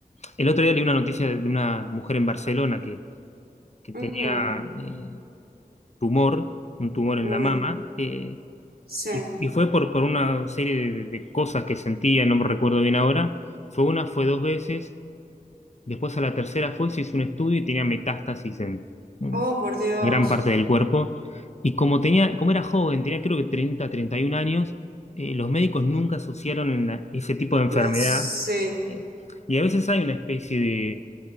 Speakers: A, on the left; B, on the right.
A: el otro día leí una noticia de de una mujer en Barcelona que, que
B: Ujú.
A: tenía eh, tumor, un tumor en
B: Uy,
A: la mama, eh,
B: sí.
A: Y, y fue por, por una serie de, de cosas que sentía, no me recuerdo bien ahora. Fue una, fue dos veces. Después a la tercera fue, se hizo un estudio y tenía metástasis en en
B: Oh, por Dios.
A: gran parte del cuerpo. Y como tenía, como era joven, tenía creo que treinta treinta y un años, eh, los médicos nunca asociaron en la- ese tipo de enfermedad.
B: Las, sí.
A: Eh, y a veces hay una especie de,